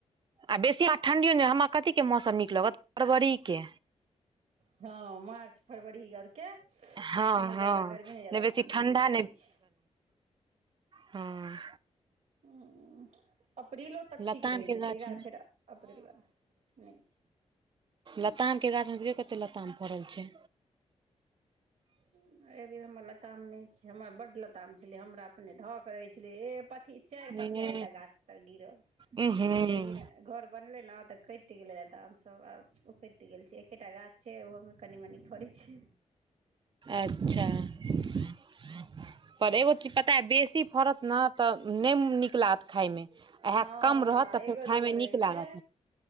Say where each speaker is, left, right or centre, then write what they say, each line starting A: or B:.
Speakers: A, on the right; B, on the right.
A: आ बेसी आ ठण्डियो नै हमरा कथीके मौसम नीक लगत फरवरीके।
B: हँ, मार्च फरवरी औरके
A: हँ
B: नै
A: हँ
B: जादा गर्मी नै जादा
A: नहि बेसी
B: ठंडी,
A: ठण्डा
B: नीक रहे छै।
A: हुं
B: ऊं -ऊं, अप्रीलो तक
A: लताम
B: ठीक रहै
A: के
B: छै।
A: गाछ
B: <unintelligible>
A: मे
B: फेर अप्रील बला <unintelligible>
A: लतामके गाछमे देखयौ कते‌ लताम फड़ल छै।
B: अय बेर हमर लताम नय छै। हमरा बड लताम छलै। हमरा अपने धक करै छलै ए पथि- चाइर पथिया
A: ए
B: एकटा गाछ तर गिरल।
A: उहूँ
B: लेकिन घर बनलै ने तऽ कैट गेलै <unintelligible> आब सभ आब उपैट गेल छै। एकेटा गाछ छै, ओहो मे कनी मनी फड़ै छै।
A: अच्छा <unintelligible> पर एगो <unintelligible> तैँ बेसी फड़त न तऽ नै नीक लागत खायमे। वहए
B: हँ
A: आ कम रहत तऽ
B: एगो
A: फेर ख खाय
B: दूगो
A: मे
B: रहै
A: नीक
B: छै
A: लागत।